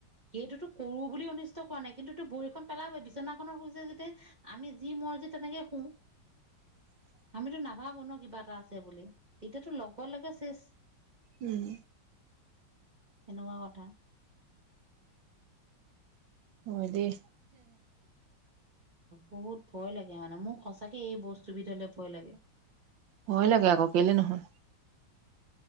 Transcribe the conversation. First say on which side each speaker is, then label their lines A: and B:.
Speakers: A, on the right (about 25°); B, on the right (about 80°).
A: সেইটোতো কৰো বুলি অনিষ্ট কৰো বুলি অনিষ্ট কৰা নাই। কিন্তুটো ভৰি খন পেলাব বিচনাখনৰ শুইছে যেতিয়া আমি যি মৰযিত তেনেকে শুও
B: <unintelligible>
A: আমিতো নাভাবো ন, কিবা এটা আছে বুলি। তেতিয়াতো লগৰ লগে শেষ
B: উম।
A: তেনেকুৱা কথা।
B: হয়, দেই
A: বহুত ভয় লাগে মানে, মোৰ সঁচাকে এই বস্তুবিধ লে ভয় লাগে।
B: ভয় লাগে আকৌ কেলে নহয়।